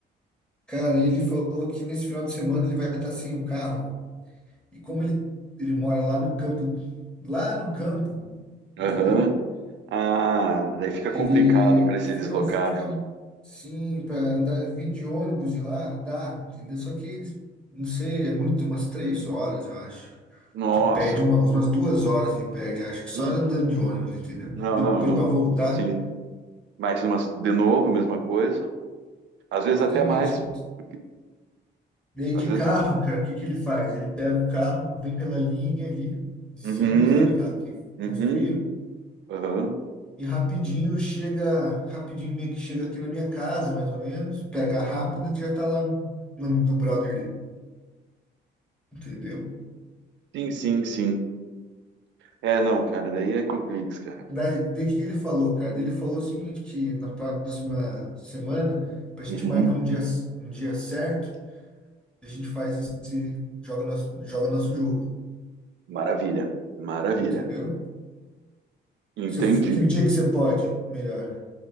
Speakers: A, in the centre; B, on the right.
A: Cara, ele falou que nesse final de semana ele vai estar sem o carro. E como ele, ele mora lá no campo, lá no campo, entendeu?
B: Aham. Ah, daí fica
A: Ele
B: complicado para ele
A: fica,
B: se deslocar.
A: um- fica
B: né?
A: um- sim, para andar, vir de ônibus e lá, dá, entendeu? Só que, não sei, é muito, umas três horas, eu acho.
B: Nossa.
A: Que perde uma, umas duas horas que perde, acho que só
B: Hum,
A: andando de ônibus, entendeu?
B: Não,
A: Depois
B: não, não.
A: para voltar,
B: Sim. Mais umas, de novo, a mesma coisa. Às vezes
A: justamente.
B: até mais. porque
A: E aí
B: Às
A: de
B: vezes.
A: carro, cara, o que que ele faz? Ele pega o carro, vem pela linha ali de cima,
B: Uhum,
A: sabe aquela que
B: uhum,
A: construíram,
B: aham.
A: e rapidinho chega, rapidinho meio que chega aqui na minha casa, mais ou menos, pega a rápida, já tá lá no, no- do brother dele, entendeu?
B: Sim, sim, sim. É, não, cara, daí é complexo, cara.
A: Daí, daí o que que ele falou, cara? Daí Ele falou o seguinte, que na próxima semana, pra gente
B: Uhum.
A: marcar um dia, um dia certo, a gente faz esse, joga nosso, joga nosso jogo,
B: Maravilha, maravilha.
A: entendeu?
B: Entendi.
A: Se, que dia que você pode? Melhor.